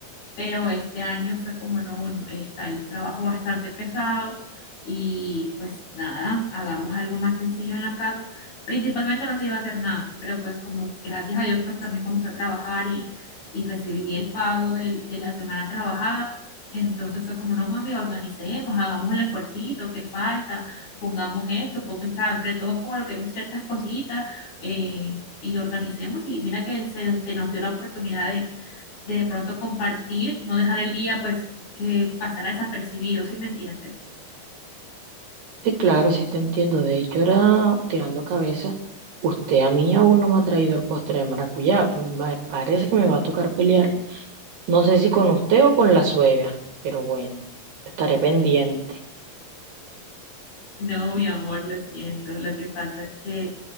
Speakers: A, on the left (about 60°); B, on the right (about 60°).
A: pero este año fue como no, no, está el trabajo bastante pesado y pues nada, hagamos algo más sencillo en la casa. Principalmente no se iba a hacer nada, pero pues como gracias a Dios pues también comencé a trabajar y, y recibí el pago del- de la semana trabajada. Entonces fue como, no mami, organicemos, hagamos el esfuercito que falta, pongamos esto, po- entre entre todos coloquemos ciertas cositas eh, y organicemos. Y mira que se, se nos dio la oportunidad de pronto compartir, no dejar el día pues que pasara desapercibido, ¿sí me entiendes?
B: Sí, claro, sí te entiendo. De hecho, era tirando cabeza. Usted a mí aún no me ha traído el postre de maracuyá. Me parece que me va a tocar pelear No sé si con usted o con la suegra, pero bueno, estaré pendiente.
A: No, mi amor, lo siento. Lo que pasa es que